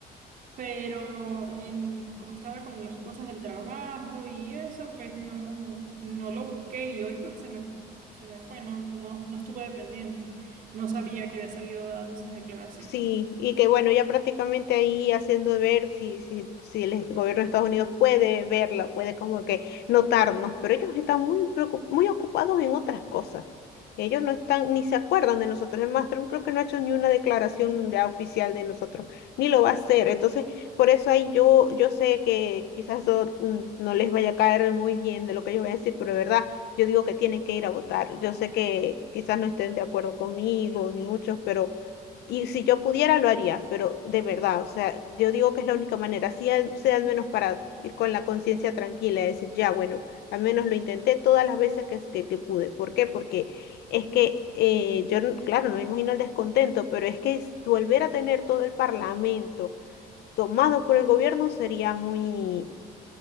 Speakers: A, on the right; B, on the left.
A: pero en, como estaba con las cosas del trabajo y eso, pues no, no lo busqué y hoy pues se me, se me fue, no, no, no estuve pendiente. No sabía que había salido dando esas declaraciones.
B: Sí, y que bueno, ya prácticamente ahí haciendo ver si, si, si el gobierno de Estados Unidos puede verla, puede como que notarnos, pero ellos están muy preocup- muy ocupados en otras cosas. Ellos no están, ni se acuerdan de nosotros. El más, Trump creo que no ha hecho ni una declaración ya oficial de nosotros, ni lo va a hacer. Entonces, por eso ahí yo, yo sé que quizás eso, mm, no les vaya a caer muy bien de lo que ellos van a decir, pero de verdad, yo digo que tienen que ir a votar. Yo sé que quizás no estén de acuerdo conmigo, ni muchos, pero y si yo pudiera, lo haría, pero de verdad, o sea, yo digo que es la única manera, así al, sea al menos para ir con la conciencia tranquila y decir, ya, bueno, al menos lo intenté todas las veces que, que, que pude. ¿Por qué? Porque es que eh, yo, no- claro, no me imagino el descontento, pero es que es- volver a tener todo el parlamento tomado por el gobierno sería muy,